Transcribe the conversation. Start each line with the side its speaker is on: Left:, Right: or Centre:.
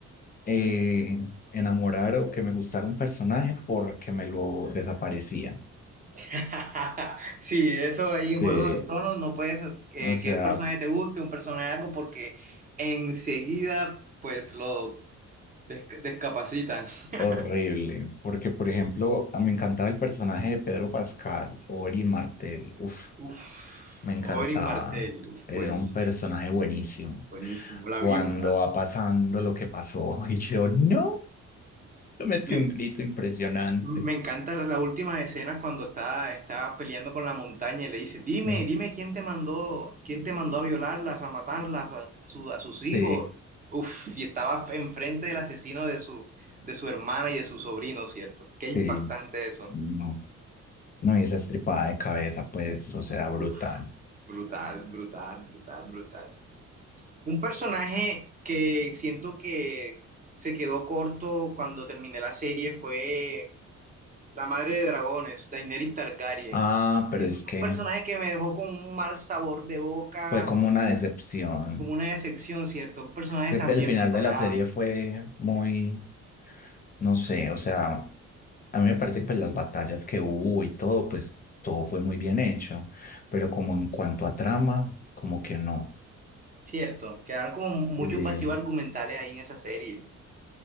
Left: eh, enamorar o que me gustara un personaje porque me lo desaparecían.
Right: <laughs> Sí, eso ahí en
Left: De,
Right: Juego de Tronos no puedes eh,
Left: o sea,
Right: que un personaje te guste, un personaje algo, porque enseguida, pues, lo desca- descapacitan. <laughs>
Left: horrible. Porque, por ejemplo, a- me encantaba el personaje de Pedro Pascal o Erin Martel. Uf.
Right: Uf,
Left: Me encantaba.
Right: Oberyn Martell, uf,
Left: Era
Right: buenísimo,
Left: un personaje buenísimo.
Right: buenísimo. La
Left: Cuando
Right: víbora.
Left: va pasando lo que pasó, <laughs> y yo, no, yo metí
Right: Me,
Left: un grito impresionante.
Right: me encanta la última escena cuando está, está peleando con la montaña y le dice, dime,
Left: Mm.
Right: dime quién te mandó, quién te mandó a violarlas, a matarlas, a, a su- a sus hijos.
Left: Sí,
Right: Uf, y estaba enfrente del asesino de su, de su hermana y de su sobrino, ¿cierto? Qué impactante
Left: sí,
Right: eso.
Left: no, no, y esa estripada de cabeza, pues, o sea, brutal.
Right: Uf, brutal, brutal, brutal, brutal. Un personaje que siento que se quedó corto cuando terminé la serie fue la madre de dragones, Daenerys Targaryen.
Left: Ah, pero
Right: Siento
Left: es
Right: que
Left: que
Right: un personaje que me dejó con un mal sabor de boca,
Left: fue como una decepción.
Right: como una decepción, ¿cierto? Un personaje
Left: El
Right: tan bien
Left: final
Right: preparado,
Left: de la serie fue muy, No sé, o sea, a mí me parece que pues, las batallas que hubo y todo, pues todo fue muy bien hecho, pero como en cuanto a trama, como que no.
Right: ¿cierto? Quedaron como muchos
Left: Eh,
Right: vacíos argumentales ahí en esa serie.